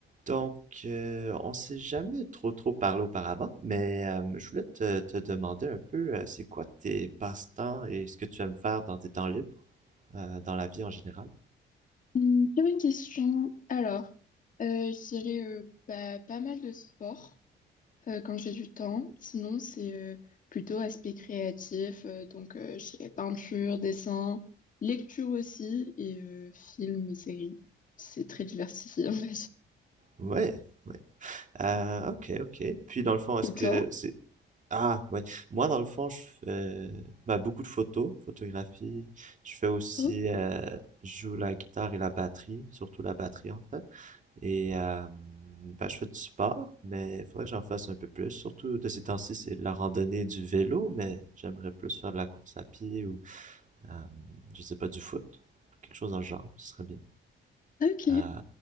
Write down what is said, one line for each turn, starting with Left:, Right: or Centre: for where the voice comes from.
Right: Donc, euh, on s'est jamais trop trop parlé auparavant, mais euh, je voulais te, te demander un peu, euh, c'est quoi tes passe-temps et ce que tu aimes faire dans tes temps libres, euh, dans la vie en général?
Left: Hmm, très bonne question. Alors, euh, je dirais euh, bah, pas mal de sport euh, quand j'ai du temps. Sinon, c'est euh, plutôt aspect créatif. euh, donc, euh, je dirais peinture, dessin, lecture aussi et euh, films et séries. C'est très diversifié, <laughs> on va
Right: Ouais, ouais. Euh, ok, ok. Puis dans le fond, est-ce
Left: Et
Right: que
Left: toi?
Right: c'est... Ah, ouais. Moi, dans le fond, je fais bah, beaucoup de photos, photographie. Je fais aussi,
Left: Oh,
Right: euh, je joue la guitare et la batterie, surtout la batterie en fait. Et euh, ben, je fais du sport, mais il faudrait que j'en fasse un peu plus. Surtout de ces temps-ci, c'est la randonnée du vélo, mais j'aimerais plus faire de la course à pied ou, euh, je sais pas, du foot. Quelque chose dans le genre, ce serait bien.
Left: ok.
Right: Euh,